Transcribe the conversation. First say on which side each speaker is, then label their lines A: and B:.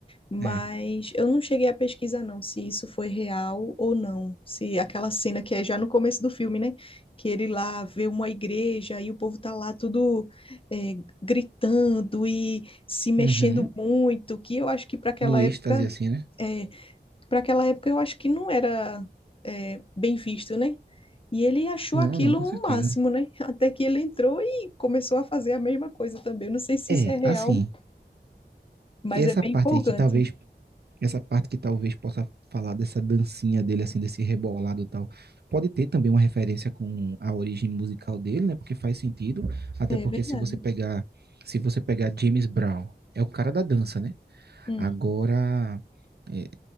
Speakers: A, on the left; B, on the right.
A: Mas
B: É.
A: eu não cheguei a pesquisar, não, se isso foi real ou não. Se aquela cena que é já no começo do filme, né? Que ele lá vê uma igreja e o povo tá lá tudo é, gritando e se mexendo
B: Uhum.
A: muito, que eu acho que para aquela
B: No
A: época,
B: êxtase, assim, né?
A: é, para aquela época eu acho que não era é, bem visto, né? E ele achou
B: Não,
A: aquilo
B: não, com
A: um
B: certeza.
A: máximo, né? <laughs> Até que ele entrou e começou a fazer a mesma coisa também. Eu Não sei se
B: É,
A: isso é real,
B: assim,
A: mas
B: essa
A: é bem
B: parte
A: empolgante.
B: aí que talvez essa parte que talvez possa falar dessa dancinha dele, assim, desse rebolado e tal, pode ter também uma referência com a origem musical dele, né? Porque faz sentido, até
A: É
B: porque
A: verdade.
B: se você pegar, se você pegar James Brown, é o cara da dança, né?
A: Hum.
B: Agora, é,